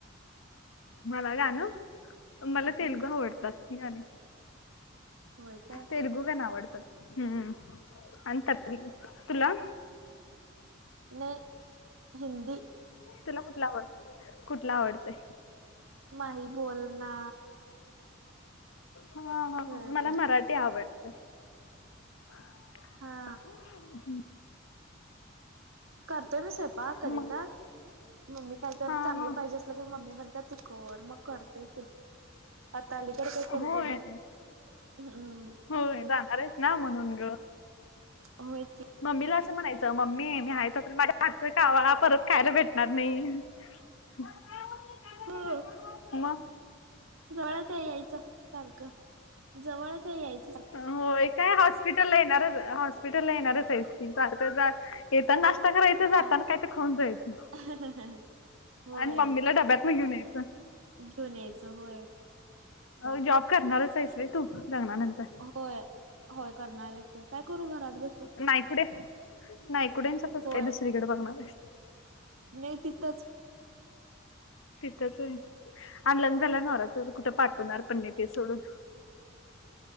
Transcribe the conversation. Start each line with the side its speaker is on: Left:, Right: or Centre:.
Left: मला गाणं मला
Right: हं,
Left: तेलगू आवडतात गाणे.
Right: होय काय
Left: तेलगु गाणे आवडतात हम्म. आणि
Right: हा.
Left: <inaudible> तुला?
Right: नाही हिंदी.
Left: तुला कुठला आवडत कुठला आवडतय.
Right: नाही बोल ना.
Left: हा हा
Right: होय
Left: हा मला
Right: काय
Left: मराठी आवडतय. <inaudible>
Right: हा करतोय मी स्वयंपाक कधी
Left: मग
Right: तर मम्मी काय तर
Left: हा
Right: चांगलं
Left: हा
Right: पाहिजे अस ते बी मम्मी म्हणतात तु कर म करतोय की. आता अलीकडं काही करू
Left: होय
Right: दे ना हम हम्म.
Left: होय जाणार आहेस ना म्हणून ग.
Right: होयच की
Left: मम्मीला असं म्हणायचं मम्मी मी आहे तो पर्यंत माझ्या वाटतय खावा परत खायला भेटणार नाही. <unintelligible>
Right: हो
Left: म.
Right: जवळच यायचं सारखं जवळचये यायच
Left: हो काय हॉस्पिटल ला येणारच हॉस्पिटल ला येणारच आहेस की सारखं जा ते पण नाश्ता करायचा
Right: हा
Left: जातांना काय ते खाऊन जायचं.
Right: <unintelligible> होय
Left: आणि मम्मीला डब्यांतन घेऊन यायचं.
Right: घेऊन यायचं व्हय.
Left: अ जॉब करणारच आहेस रे तू लग्नानंतर.
Right: होय होय करणार आहे काय करू घरात बसून
Left: नाही कुडे नाही कुड्यांच्यातच
Right: होय
Left: काय दुसरीकडे बघणार ये.
Right: नाही तिथंच
Left: तिथंच आहे अन लग्न झाल्यावर नवरा कुठे पाठवणार पण नाही ते सोडून